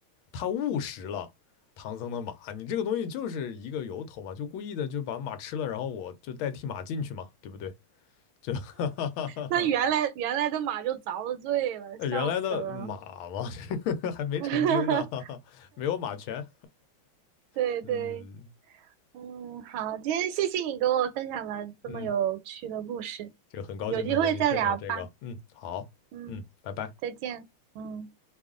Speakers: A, on the left (about 80°); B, on the right (about 80°).
A: 他误食了唐僧的马，你这个东西就是一个由头嘛，就故意的就把马吃了，然后我就代替马进去嘛，对不对？就哈哈哈哈，
B: 那原来原来的马就遭了罪了，
A: 原来的马嘛，
B: 笑死了。
A: <laughs> 还没成精呢，
B: <laughs>
A: <laughs> 没有马权。
B: 对对，
A: <laughs> 嗯
B: 嗯，好，今天谢谢你给我分享了这么有趣的故事，
A: 嗯，这个很高兴能和您分享这个。
B: 有机会再聊吧。
A: 嗯，好，
B: 嗯，
A: 嗯，拜拜。
B: 再见。嗯。